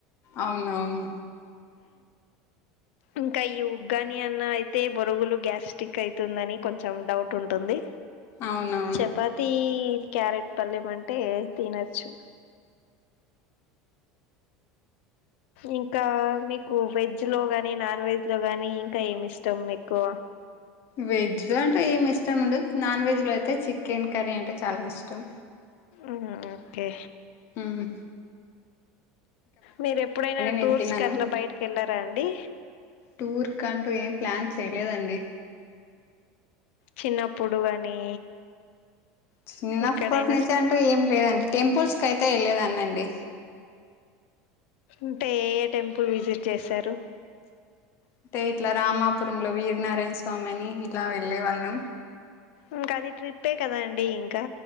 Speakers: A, on the left; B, on the left.
A: అవునవును
B: ఇంక ఈ ఉగ్గాని అన్న అయితే బోరుగులు గ్యాస్టిక్ అయితుందని కొన్ చం డౌట్ ఉంటుంది
A: అవునవును
B: చపాతి క్యారెట్ పల్లెం అంటే ఏ తినచ్చు ఇంకా మీకు వెజ్ లో గాని నాన్ వెజ్ లో గాని ఇంకా ఏం ఇష్టం మీకు
A: వెజ్లో అంటే ఏం ఇష్టం ఉండదు నాన్ వెజ్లో అయితే చికెన్ కర్రీ అంటే చాలా ఇష్టం
B: ఉమ్ ఓకే
A: ఉమ్
B: మీరెప్పుడైనా
A: నేను
B: టూర్స్
A: తినను
B: కి అట్ల బయిటికెళ్ళారా అండి
A: టూర్ కంటూ ఏం ప్లాన్ చేయలేదండి
B: చిన్నప్పుడు గాని
A: చిన్నప్పట్నుంచి
B: ఎక్కడైనా
A: అంటూ ఏం లేదండి టెంపుల్స్ కయితే ఏళ్ళెదాన్నండి
B: అంటే ఏ ఏ టెంపుల్ విజిట్ చేసారు
A: అంటే ఇట్ల రామాపురంలో వీర్నారాయణ స్వామి అని ఇట్లా వెళ్ళే వాళ్ళం
B: ఇంకది ట్రిప్పే కదాండి ఇంకా